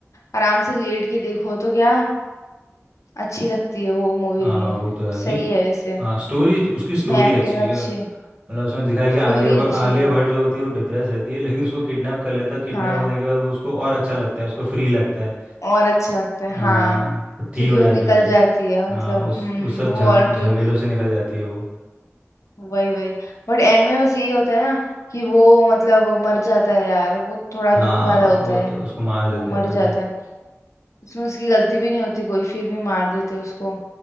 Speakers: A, on the left (about 85°); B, on the right (about 25°).
A: आराम से लेट के देखो तो क्या अच्छी लगती है वो मूवी
B: हाँ
A: भी
B: वो तो है नहीं
A: सही है वैसे
B: हाँ स्टोरी उसकी
A: उसमें
B: स्टोरी
A: एक्टिंग
B: अच्छी है
A: अच्छी है
B: मतलब उसमें दिखाया कि
A: स्टोरी
B: आलिया भट्ट
A: अच्छी
B: आलिया
A: है
B: भट्ट जो होती है वो डिप्रेस रहती है लेकिन उसको किडनैप कर लेता है किडनैप
A: हाँ
B: होने के बाद वो उसको और अच्छा लगता है उसको फ्री लगता है
A: और अच्छा लगता है हाँ
B: हाँ, वो ठीक
A: क्योंकि
B: हो जाती
A: वो निकल
B: है उल्टा
A: जाती है मतलब
B: हाँ उस
A: हम्म
B: उस सब झम
A: वो और ठीक
B: झमेलों से निकल जाती है वो
A: वही वही बट एंड में बस यही होता है ना कि वो मतलब वो मर जाता है यार वो थोड़ा
B: हाँ
A: दुख वाला होता
B: वो
A: है
B: तो उसको मार
A: कि
B: देते
A: वो मर
B: हैं ना
A: जाता
B: फिर
A: है उसमें उसकी गलती भी नहीं होती कोई फिर भी मार देते हैं उसको